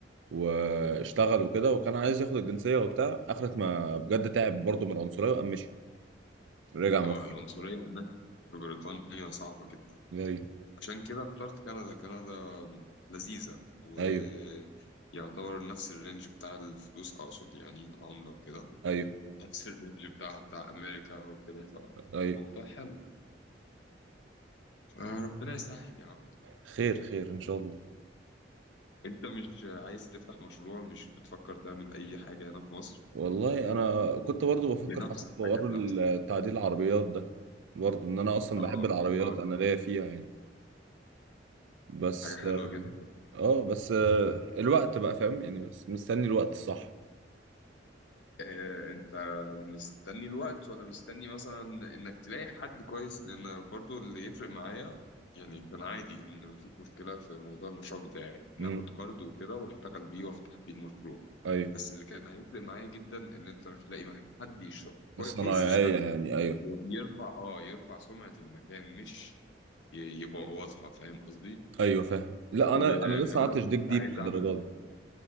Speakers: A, on the right; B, on the left.
A: واشتغل وكده وكان عايز ياخد الجنسيه وبتاع اخرت ما بجد تعب برضو من العنصريه وقام مشي رجع مصر
B: اه العنصرية عندك في بريطانيا صعبة جدا
A: ايوه
B: عشان كده اخترت كندا كندا لذيذة ويعتبر
A: ايوه
B: نفس الرينج بتاع الفلوس أقصد يعني العملة وكده
A: ايوه
B: نفس الرينج بتاعها بتاع أمريكا وكده
A: ايوه
B: فموضوع حلو فربنا يسهل يا عم
A: خير خير ان شاء الله
B: أنت مش عايز تفتح مشروع مش بتفكر تعمل أي حاجة هنا في مصر
A: والله انا كنت برضو بفكر
B: لنفسك
A: في حوار
B: حاجة لنفسك
A: ال- تعديل العربيات ده برضو ان انا اصلا
B: اه
A: بحب العربيات
B: يا راجل
A: انا ليا فيها يعني بس
B: حاجة حلوة جدا
A: اه بس آه، الوقت بقى فاهم يعني بس مستني الوقت الصح
B: آه، انت مستني الوقت ولا مستني مثلا انك تلاقي حد كويس لان برضو اللي يفرق معايا يعني كان عادي ان مفيش مشكلة في موضوع المشروع بتاعي ان
A: امم
B: اخد كارد وكده واشتغل بيه وافتح بيه المشروع
A: ايوه
B: بس اللي كان هيفرق معايا جدا ان انت مش لاقي مح- حد يش... كويس
A: بس انا
B: يشتغل
A: يعني يعني ايوه
B: ي- يرفع اه يرفع سمعة المكان مش ي- يبوظها فاهم قصدي
A: ايوه فاهم لا انا
B: آه
A: انا
B: كمان
A: لسه ما عدتش
B: أنا
A: ديك
B: كنت
A: ديب
B: عايز
A: للدرجه
B: اعمل
A: دي